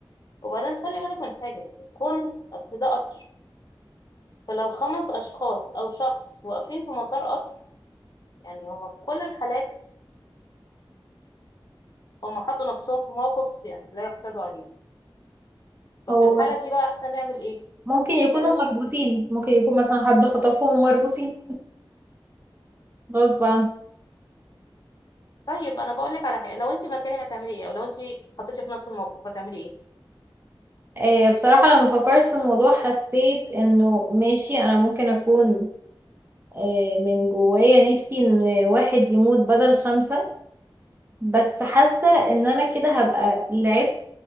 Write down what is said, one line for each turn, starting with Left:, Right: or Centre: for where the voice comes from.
Left: وبعدين خلي بالك من حاجه يعني كون اصل ده قطر فلو خمس اشخاص او شخص واقفين في مسار قطر يعني هم في كل الحالات هم حطوا نفسهم في موقف يعني لا يحسدوا عليه ففي
Right: هو
Left: الحاله دي بقى احنا نعمل ايه
Right: ممكن يكونوا
Left: احنا لازم
Right: مربوطين ممكن يكون مثلا حد خطفهم ومربوطين غصب عنه
Left: طيب انا بقول لك على حاجه لو انت مكاني هتعملي ايه او لو انت حطيتي في نفس الموقف هتعملي ايه
Right: آه، بصراحة لما فكرت في الموضوع حسيت انه ماشي انا ممكن اكون آه، من جوايا نفسي ان واحد يموت بدل خمسة بس حاسة ان انا كده هبقى لعبت